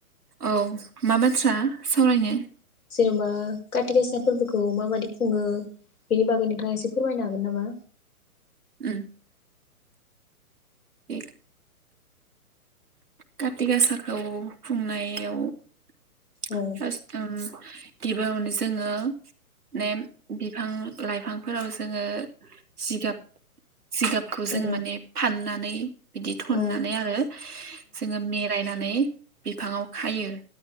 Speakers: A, on the right; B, on the left.
A: औ मा बाथ्रा सावरायनो
B: जेनबा काति गासा फोरबोखौ माबायदि खुङो बेनि बागै नोंथाङा एसे फोरमायनो हागोन नामा
A: ओम ए काति गासाखौ खुंनायाव <unintelligible>
B: औ
A: गिबियावनो जोङो नेम बिफां लाइफांफोराव जोङो जिगाब जिगाबखौ जों
B: औ
A: माने फाननानै बिदि थननानै
B: औ
A: आरो जोङो मिरायनानै बिफाङाव खायो